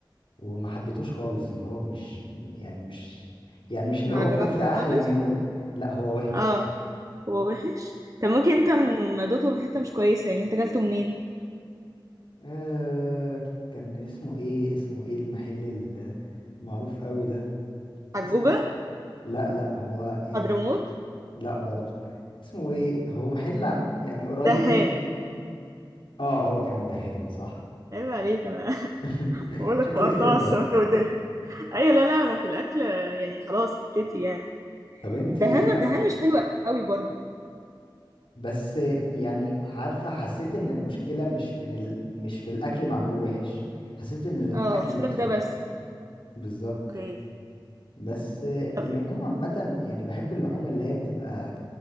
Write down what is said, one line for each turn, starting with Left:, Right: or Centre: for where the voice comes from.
Left: وما حبيتوش خالص اللي هو مش يعني مش يعني مش اللي
Right: ما
Left: هو
Right: عجبكش
Left: الكفتة
Right: خالص
Left: احلى منه لا هو وحش
Right: اه هو وحش طب ممكن انت م- دوقته من حته مش كويسه يعني انت جالته منين
Left: آه كان اسمه ايه اسمه ايه المحل المعروف قوي ده
Right: حجوجه
Left: اسمه لا لا هو يعني
Right: حضرموت
Left: لا برضو اسمه ايه هو محل عن يعني قريب
Right: دهان
Left: من اه هو كان الدهان صح
Right: عيب عليك انا
Left: <laughs>
Right: <laughs> بقول
Left: شكلك
Right: لك مقطعه
Left: خبرة
Right: السمكه وديلها ايوه لا لا انا في الاكل يعني خلاص حتتي يعني
Left: طب انت
Right: الدهان
Left: ايه
Right: ما
Left: أك-
Right: الدهان مش حلو قوي برضو
Left: بس يعني عارفة حسيت ان المشكلة مش في إن ال... مش في الاكل معمول وحش حسيت ان الاكل
Right: اه مشكله
Left: نفسه
Right: في ده
Left: وحش
Right: بس
Left: بالظبط
Right: اوكي
Left: بس
Right: طب
Left: اللحوم عامة يعني بحب اللحوم اللي هي بتبقى